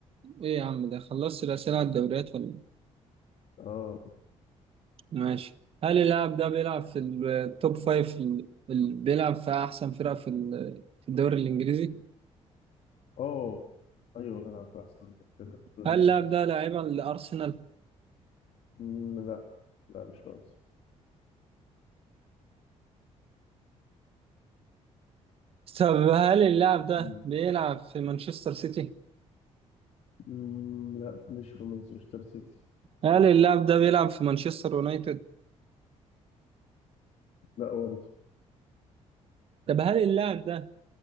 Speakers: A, on the right; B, on the left.
A: ايه يا عم ده خلصت الاسئله على الدوريات ولا
B: اه
A: ماشي هل اللاعب ده بيلعب في التوب فايف في ال... في ال- بيلعب في احسن فرق في ال... في الدوري الانجليزي
B: اه ايوه بلعب في احسن بلعب في الدوري
A: هل
B: الانجليزي
A: اللاعب ده لاعبا لارسنال
B: مم، لا لا مش فرنسا
A: طب هل اللاعب ده
B: مم،
A: بيلعب في مانشستر سيتي
B: مم، لا مش في مانشستر سيتي
A: هل
B: لا
A: اللاعب ده بيلعب في مانشستر يونايتد
B: لا برضه
A: طب هل اللاعب ده